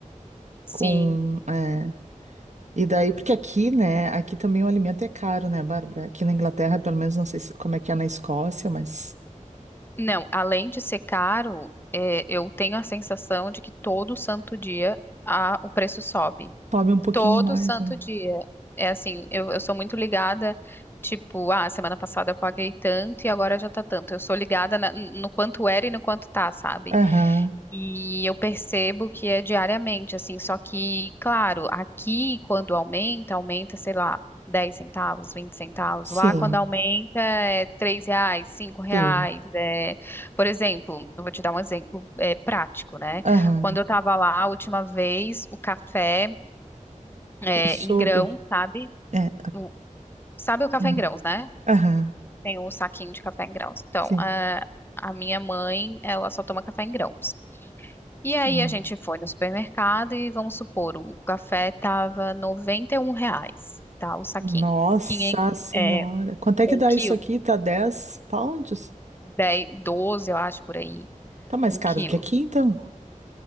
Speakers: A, on the left (about 15°); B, on the right (about 60°).
A: Sim.
B: com, é, e daí, porque aqui, né, aqui também o alimento é caro, né, Bárbara? Aqui na Inglaterra, pelo menos, não sei se- como é que é na Escócia, mas
A: Não, além de ser caro, é, eu tenho a sensação de que todo santo dia a- o preço sobe.
B: sobe um pouquinho
A: Todo
B: mais,
A: santo
B: né?
A: dia. É assim, eu, eu sou muito ligada, tipo, ah, semana passada eu paguei tanto e agora já tá tanto. Eu sou ligada na- no quanto era e no quanto tá, sabe?
B: Aham,
A: E eu percebo que é diariamente, assim, só que, claro, aqui quando aumenta, aumenta, sei lá, 10 centavos, 20 centavos.
B: sim,
A: Lá quando aumenta é 3 reais, 5 reais.
B: sim,
A: É... Por exemplo, eu vou te dar um exemplo é, prático, né?
B: aham,
A: Quando eu tava lá a última vez, o café é,
B: eu soube,
A: em grão, sabe?
B: é,
A: O- sabe o café
B: ah,
A: em grãos, né?
B: aham,
A: Tem o saquinho de café em grãos. Então,
B: sim.
A: a, a minha mãe, ela só toma café em grãos. E aí
B: Ah.
A: a gente foi no supermercado e vamos supor, o café tava 91 reais, tá? O saquinho.
B: Nossa
A: Quinhen-
B: senhora.
A: é,
B: Quanto é
A: um
B: que dá
A: quilo,
B: isso aqui? Tá 10 pounds?
A: 10, 12 eu acho, por aí,
B: Tá mais
A: um
B: caro
A: quilo.
B: do que aqui, então?